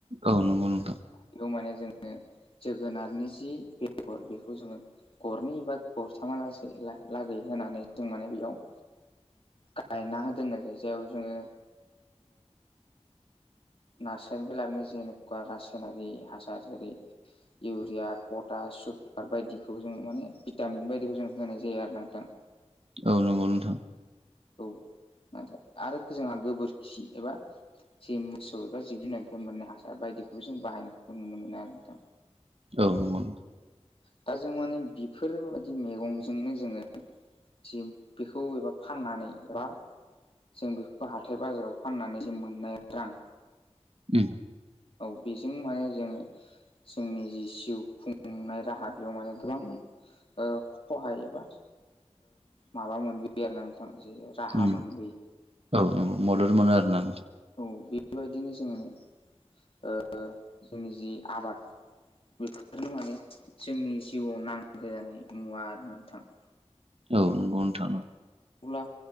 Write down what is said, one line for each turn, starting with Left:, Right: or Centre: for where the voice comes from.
Right: औ नंगौ नोंथां
Left: बेयाव माने जोङो जोगोनारनि जि बेगर बेखौ जोङो गरनै एबा गरथामा लासै लागै होनानै जों माने बेयाव गायना दोननायनि सायाव जोङो नार्सारिनिफ्राय लानानै जेनेखा रासायनारि हासार जेरै इउरिया पटास सुगार बायदिखौ जों माने भिटामिन बायदिखौ जों होनाय जायो आरोना नोंथां
Right: औ नंगौ नोंथां <inaudible>
Left: औ नाथाय आरो जोंहा गोबोरखि एबा जे मोसौ एबा जिब जुननिफ्राय मोननाय हासार बायदिखौबो जों बाहायनायखौ नुनो मोनो आरो नोंथां
Right: औ नंगौ
Left: दा जों माने बेफोरबायाददि मैगंजोंनो जोङो जि बेखौ एबा फाननानै एबा जों बेखौ हाथाय बाजाराव फाननानै जों मोननाय रां
Right: उम
Left: औ बेजों माने जोङो जोंनि जि जिउ खुंनाय राहा बेयाव माने गोबां खहाय एबा माबा मोनबोयो आरो ना नोंथाङा जे राहा
Right: उम
Left: मोनबोयो
Right: औ औ मदद मोनो आरो ना नोंथां
Left: औ बेबायदिनो जोङो ओ जोंनि जि आबाद बेफोरनो माने जोंनि जिउआव नांगौ जानाय मुवा होननानै थाङो
Right: औ नंगौ नोंथां
Left: अब्ला